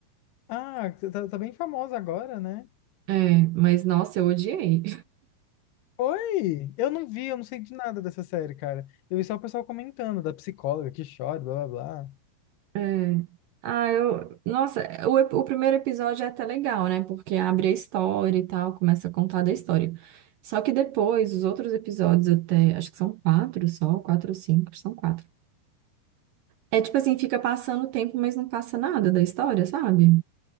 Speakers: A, on the left; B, on the right.
A: Ah, você tá, tá bem famosa agora, né?
B: É, mas nossa, eu odiei.
A: Oi! Eu não vi, eu não sei de nada dessa série, cara. Eu vi só o pessoal comentando, da psicóloga que chora, blá, blá, blá.
B: É. Ah, eu. Nossa, o, ep- o primeiro episódio é até legal, né? Porque abre a história e tal, começa a contar da história. Só que depois, os outros episódios, até. Acho que são quatro só, quatro ou cinco, são quatro. É tipo assim, fica passando o tempo, mas não passa nada da história, sabe?